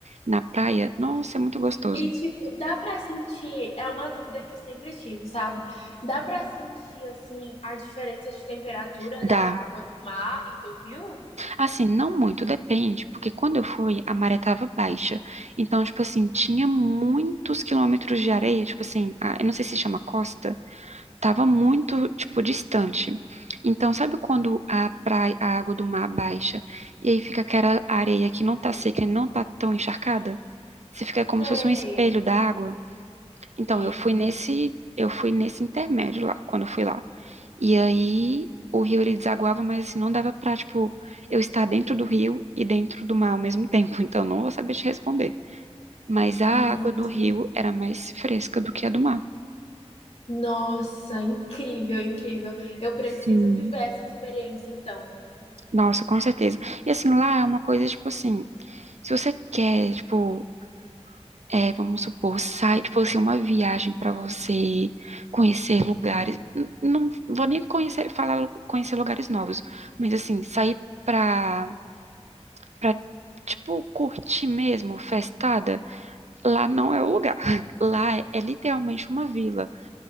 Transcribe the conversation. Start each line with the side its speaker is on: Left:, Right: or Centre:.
Right: na praia. Nossa, é muito gostoso.
Left: E, tipo, dá pra sentir, é uma dúvida que eu sempre tive, sabe? Dá pra sentir, assim, a diferença de temperatura
Right: Dá,
Left: da água do mar e do rio?
Right: Assim, não muito, depende, porque quando eu fui, a maré tava baixa. Então, tipo assim, tinha muitos quilômetros de areia, tipo assim, a- eu não sei se chama costa, tava muito, tipo, distante. Então, sabe quando a praia, a água do mar baixa, e aí fica aquela areia que não tá seca e não tá tão encharcada? Você fica como
Left: Sei,
Right: se fosse um espelho da água. Então,
Left: sei.
Right: eu fui nesse, eu fui nesse intermédio lá, quando eu fui lá. E aí o rio ele desaguava, mas assim, não dava pra, tipo, eu estar dentro do rio e dentro do mar ao mesmo tempo. <laughs> Então não vou saber te responder. Mas a
Left: Entendi.
Right: água do rio era mais fresca do que a do mar.
Left: Nossa, incrível, incrível. Eu preciso
Right: Sim.
Left: viver essa experiência, então.
Right: Nossa, com certeza. E assim, lá é uma coisa, tipo assim, se você quer, tipo, é, vamos supor, sai, tipo assim, uma viagem pra você conhecer lugares. n- Não vou nem conhecer, falar conhecer lugares novos, mas assim, sair pra pra, tipo, curtir mesmo, festada, lá não é o lugar. <laughs> Lá é, é literalmente uma vila.